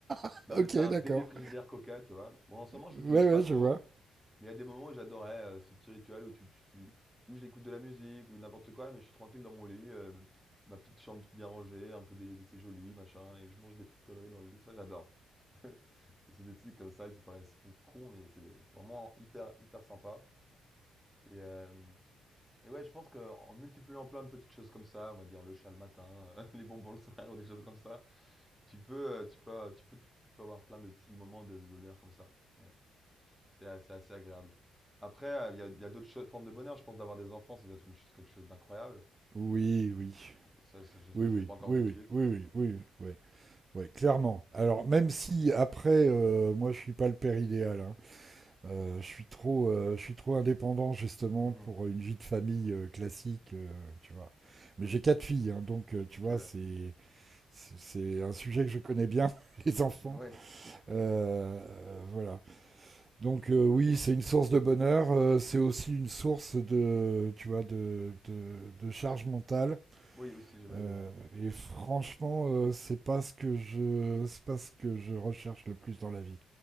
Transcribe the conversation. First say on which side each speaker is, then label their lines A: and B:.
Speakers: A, on the right; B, in the centre.
A: <laughs>
B: Non,
A: ok,
B: mais c'est un
A: d'accord.
B: bébé frigidaire Coca, tu vois. Bon, en ce moment, je
A: Ouais,
B: l'utilise pas
A: ouais,
B: trop.
A: je vois.
B: Mais il y a des moments où j'adorais, heu, ce petit rituel où tu tu tu où j'écoute de la musique ou n'importe quoi, mais je suis tranquille dans mon lit, heu, ma petite chambre toute bien rangée, un peu dé c'est joli, machin et je mange des petites conneries dans le lit, ça j'adore. <laughs> C'est des trucs comme ça qui paraissent con, cons, mais c'est vraiment hyper hyper sympa et hem et ouais, je pense qu'en multipliant plein de petites choses comme ça, on va dire le chat le matin, <laughs> les bonbons le soir ou des choses comme ça, tu peux, heu, tu peux tu peux tu peux avoir plein de petits moments de bonheur comme ça, ouais. C'est a- assez agréable. Après, euh, il y a, il y a d'autres cho- formes de bonheur. Je pense d'avoir des enfants, ça doit être une ch- quelque chose d'incroyable.
A: Oui, oui.
B: Ça, c'est- je ne
A: Oui, oui,
B: l'ai pas encore
A: oui,
B: vécu.
A: oui, oui, oui, oui, oui, ouais, clairement. Alors, même si après, euh, moi, je suis pas le père idéal. hein. Euh, je suis trop, euh, je suis trop indépendant justement
B: Mhm.
A: pour une vie de famille euh, classique, euh, tu vois.
B: Oui.
A: Mais j'ai quatre filles, hein, donc euh, tu
B: Ok,
A: vois,
B: ouais.
A: c'est, c'est c'est un sujet que je connais bien, <laughs> les enfants.
B: Ouais.
A: Euh, euh, voilà. Donc euh, oui, c'est une source de bonheur, euh, c'est aussi une source de, tu vois, de, de, de charge mentale.
B: Oui, aussi, j'imagine.
A: Euh,
B: Ouais.
A: et franchement, euh, c'est pas ce que je, c'est pas ce que je recherche le plus dans la vie.